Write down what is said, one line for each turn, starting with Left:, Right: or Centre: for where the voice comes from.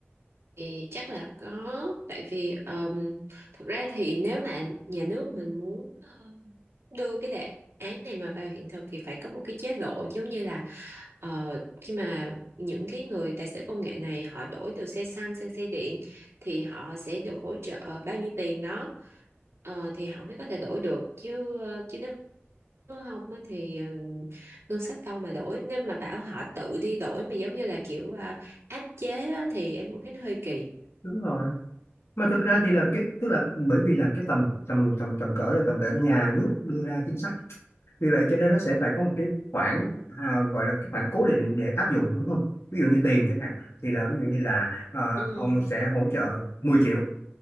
Right: Thì chắc là có tại vì um, thật ra thì nếu mà nhà nước mình muốn ờ, đưa cái đề án này mà vào hiện thực thì phải có một cái chế độ giống như là ờ, khi mà những cái người tài xế công nghệ này họ đổi từ xe xăng sang xe điện thì họ sẽ được hỗ trợ bao nhiêu tiền đó Ờ, thì họ mới có thể đổi được chứ ờ, chứ nếu nếu không á thì ờ, ngân sách đâu mà đổi nếu mà bảo họ tự đi đổi mà giống như là kiểu à, áp chế á thì em cũng thấy nó hơi kỳ
Left: đúng rồi mà thực ra thì là cái tức là bởi vì là cái tầm tầm tầm tầm cỡ là tầm cỡ nhà nước đưa ra chính sách vì vậy cho nên nó sẽ phải có một cái khoản à, gọi là cái khoản cố định để áp dụng đúng không ví dụ như tiền chẳng hạn thì là ví dụ như là ờ,
Right: ừ
Left: ông sẽ hỗ trợ 10 triệu